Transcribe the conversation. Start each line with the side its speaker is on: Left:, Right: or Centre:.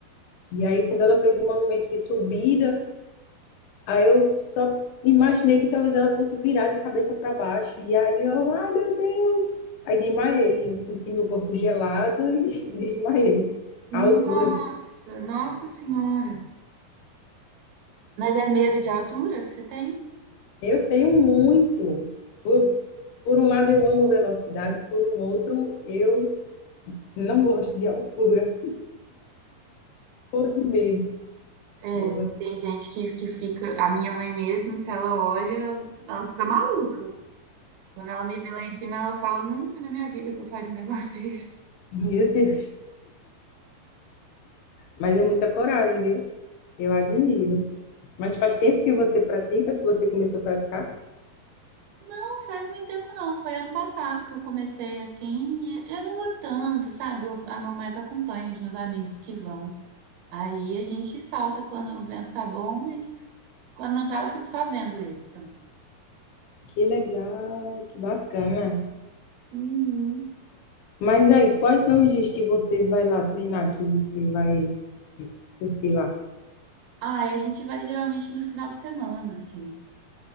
Left: E aí, quando ela fez o movimento de subida, aí eu só imaginei que talvez ela fosse virar de cabeça para baixo. E aí eu, ai meu Deus! Aí desmaiei, eu senti meu corpo gelado e <laughs> desmaiei.
Right: Nossa,
Left: A altura.
Right: nossa senhora. Mas é medo de altura que você tem?
Left: Eu tenho muito. Por, por um lado, eu amo velocidade, por um outro, eu não gosto de altura, ou de medo.
Right: É,
Left: Aí eu,
Right: tem gente que, que fica. A minha mãe mesmo, se ela olha, ela fica maluca. Quando ela me vê lá em cima, ela fala: Nunca na minha vida que eu faria um negócio <laughs> desse.
Left: Meu Deus! Mas é muita coragem, viu? Eu admiro. Mas faz tempo que você pratica, que você começou a praticar?
Right: Não faz muito tempo, não. Foi ano passado que eu comecei assim. E eu não vou tanto, sabe? Eu, a meu mais acompanho os meus amigos que vão. Aí a gente salta quando o vento tá bom, mas quando não tá, eu fico só vendo eles também.
Left: Que legal, que bacana.
Right: Uhum.
Left: Mas aí, quais são os dias que você vai lá treinar, que você vai curtir lá?
Right: Ah, e a gente vai geralmente no final de semana, assim.